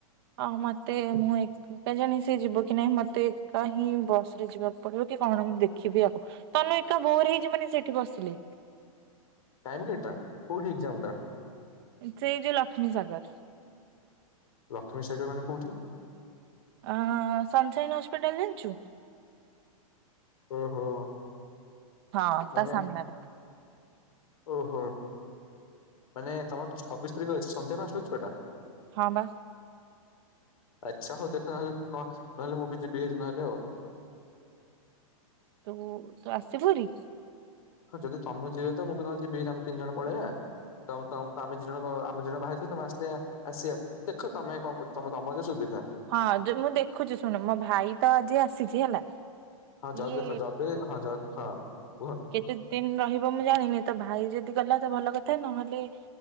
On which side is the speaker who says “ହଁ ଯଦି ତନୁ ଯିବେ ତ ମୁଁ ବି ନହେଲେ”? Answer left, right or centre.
Left